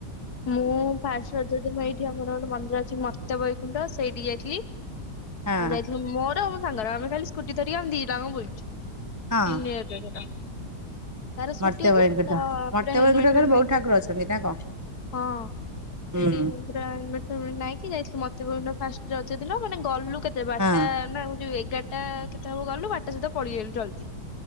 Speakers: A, on the left; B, on the right.
A: ମୁଁ ଫାର୍ଷ୍ଟ ରଜ ଦିନ ଏଇଠି ଆମର ଗୋଟେ ମନ୍ଦିର ଅଛି ମତ୍ୟ ବୈକୁଣ୍ଠ ସେଇଠି ଯାଇଥିଲି।
B: ହଁ
A: ଆଉ ଯାଇଥିଲୁ ମୋର ଆଉ ମୋ ସାଙ୍ଗର ଆମେ ଖାଲି ସ୍କୁଟି ଧରିକି ଆମେ ଦି ଟା ଙ୍କ ବୁଲୁଛୁ
B: ହଁ
A: ସିନିୟର୍। ତାର ସ୍କୁଟି
B: ମର୍ତ୍ତ୍ୟ
A: ଅଛି
B: ବୈକୁଣ୍ଠ
A: ତ
B: ମର୍ତ୍ତ୍ୟ
A: ପୁରା ହେଲମେଟ।
B: ବୈକୁଣ୍ଠରେ
A: ହେଲମେଟ
B: ବହୁତ ଠାକୁର ଅଛନ୍ତି ନା କଣ?
A: ହଁ
B: ହୁଁ
A: ସେଇଠି। ପୁରା ହେଲମେଟ ଫେଲମେଟ ନାଇକି ଯାଇଥିଲୁ ମତ୍ୟ ବୈକୁଣ୍ଠ ଫାର୍ଷ୍ଟ ରଜ ଦିନ ମାନେ ଗଲୁ। କେତେ ବାରଟା
B: ହଁ
A: ନା ଉ ଯୋଉ ଏଗାରଟା କେତେ ହବ ଗଲୁ ବାରଟା ସୁଦ୍ଧା ପଳି ଆଇଲୁ ଜଲଦି।